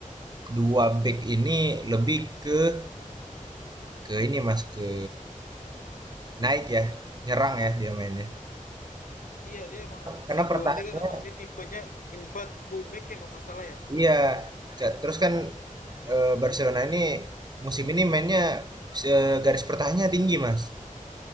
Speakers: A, on the right (about 30°); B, on the left (about 75°).
A: dua back ini lebih ke ke ini Mas ke naik ya, nyerang ya dia mainnya.
B: Iya dia emang
A: Karena
B: si
A: pertahanannya
B: Konde kan emang dia tipenya invert fullback ya kalau nggak salah ya.
A: Iya, ka- terus kan eh, Barcelona ini musim ini mainnya se- garis pertahanannya tinggi, Mas.